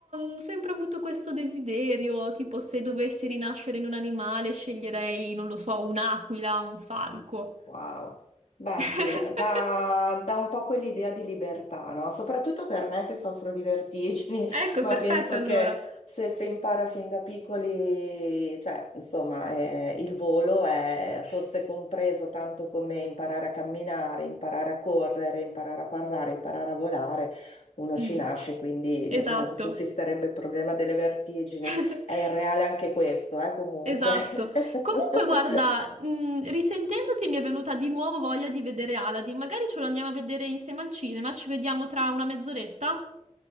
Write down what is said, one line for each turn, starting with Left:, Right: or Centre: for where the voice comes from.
Right: ho sempre avuto questo desiderio, tipo se dovessi rinascere in un animale sceglierei, non lo so, un'aquila, un falco.
Left: Wow. Beh, sì,
Right: <laughs>
Left: dà, dà un po' quell'idea di libertà, no? Soprattutto per me che soffro di vertigini,
Right: Ecco,
Left: <laughs> ma
Right: perfetto
Left: penso
Right: allora.
Left: che se si impara fin da piccoli, cioè, insomma, eh, il volo è- fosse compreso tanto come imparare a camminare, imparare a correre, imparare a parlare, imparare a volare, uno
Right: Mm,
Left: ci nasce, quindi
Right: esatto,
Left: n- non sussisterebbe il problema delle vertigini.
Right: <laughs>
Left: È irreale anche questo, eh, comunque.
Right: esatto. Comunque,
Left: <laughs>
Right: guarda, mm, risentendoti mi è venuta di nuovo voglia di vedere Aladdin. Magari ce lo andiamo a vedere insieme al cinema, ci vediamo tra una mezz'oretta.